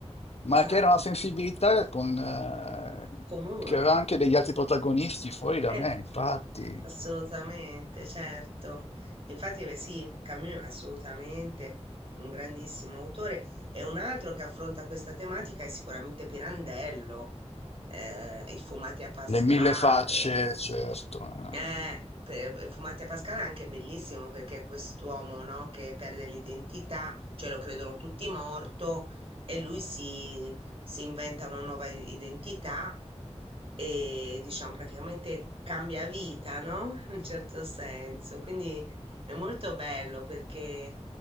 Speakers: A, on the left; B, on the right.
A: ma
B: Esatto,
A: che era una sensibilità con, eh,
B: comune.
A: che aveva anche degli altri protagonisti fuori da
B: Eh.
A: me, infatti.
B: Assolutamente, certo. Infatti, beh, sì, Camus è assolutamente un grandissimo autore e un altro che affronta questa tematica è sicuramente Pirandello, eh, il Fumati a Pascal.
A: Le mille facce, certo. eh.
B: Eh, per- Fumati a Pascal è anche bellissimo perché è quest'uomo, no, che perde l'identità, cioè lo credono tutti morto e lui si, si inventa una nuova i- identità e diciamo praticamente cambia vita, no? <laughs> In un certo senso. Quindi è molto bello perché